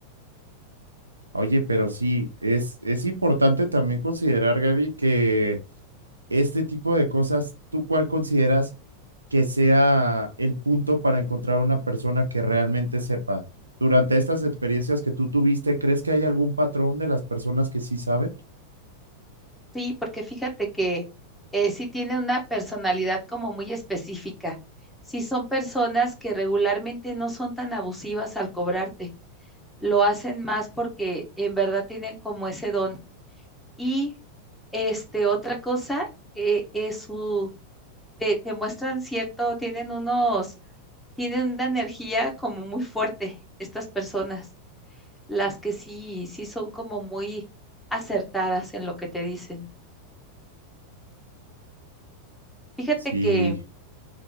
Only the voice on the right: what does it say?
Oye, pero sí, es, es importante también considerar, Gaby, que este tipo de cosas, ¿tú cuál consideras que sea el punto para encontrar una persona que realmente sepa? Durante estas experiencias que tú tuviste, ¿crees que hay algún patrón de las personas que sí saben?
Sí,